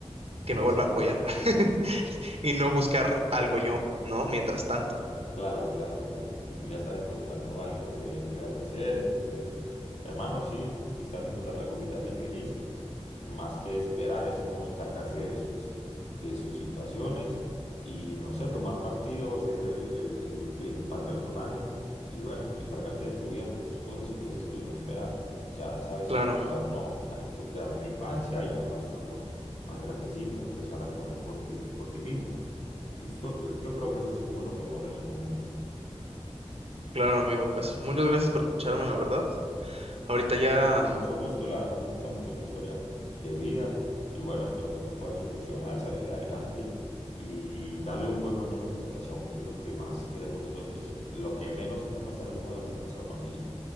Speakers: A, on the right; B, on the left.
A: que me vuelva
B: sí.
A: a apoyar <laughs> y no buscar algo yo, ¿no? Mientras tanto.
B: Claro, claro, claro. Y tú ya estás encontrando algo que puedas hacer. Entonces, hermano, sí, si estás encontrando algo que te hace feliz, más que esperar, es uno encargarse de sus, de sus situaciones y, no sé, tomar partido, ser el, el- el principal personaje y, bueno, encargarte de tu vida con tus cosas, como dices tú, no esperar. Ya sabes
A: Claro,
B: que esperar no, o sea, esto queda en la infancia y ahora estamos más grandecitos, entonces a responder por ti, por ti mismo. Listo, entonces yo creo que eso es como lo mejor en el momento.
A: claro, amigo, pues muchas gracias por escucharme, la verdad. Ahorita
B: Hermano,
A: ya,
B: con mucho gusto, la verdad me gusta mucho tu historia de vida y bueno, espero que tú puedas solucionar, salir adelante y darle un buen manejo a esa situación, que es lo que más queremos nosotros, lo que menos queremos estar alejados de nuestra familia.